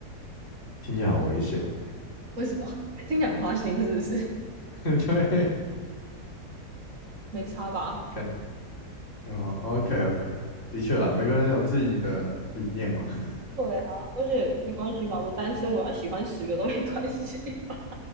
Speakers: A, on the left (about 45°); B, on the right (about 50°).
A: 听起来好危险哦。
B: 为什么？<laughs> 听讲花心是不是？
A: <laughs> 对，
B: 没差吧？
A: 感，哦，OK OK，的确啦，每个人有自己的理念嘛，<laughs>
B: 对啊，而且没关系吧，我单身，我要喜欢十个都没关系，<laughs>